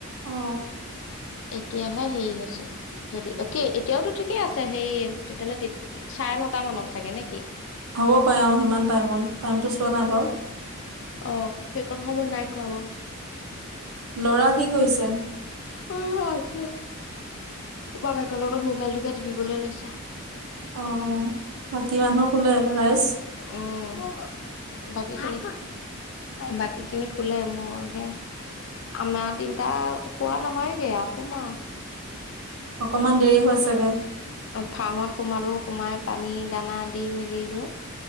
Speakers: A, on the right; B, on the left.
A: অ।
B: <inaudible> এতিয়াহে হেৰি হৈছে। যদি অ কি এতিয়াওতো ঠিকে আছে। হেই তেতিয়াহ'লে চাৰ নটা মানত চাগে নে কি?
A: হ'ব পাৰে অ সিমান টাইমত। টাইমটো চোৱা নাই বাও।
B: অ সেইকণ সময় নাই কোৱা বাও।
A: লৰা কি কৈছে?
B: উ আছে বাপেকৰ লগত মোবাইলটোকে টিপিবলে লৈছে।
A: অ বাকী মানুহ শুলে ৰাইচ?
B: উম। বাকী খিনি বাকী খিনি শুলে মই হে আমা তিন তা শুৱা নহয়গে আও শুম আও।
A: অকমান দেৰি হয় চাগে।
B: ফাৰ্মত সোমালো সোমাই পানী দানা দি মেলি লৈ